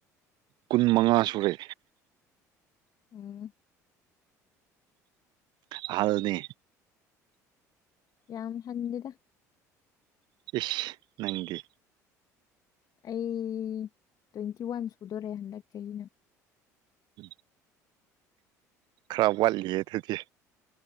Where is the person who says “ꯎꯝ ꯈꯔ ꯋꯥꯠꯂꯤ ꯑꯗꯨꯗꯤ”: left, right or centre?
Right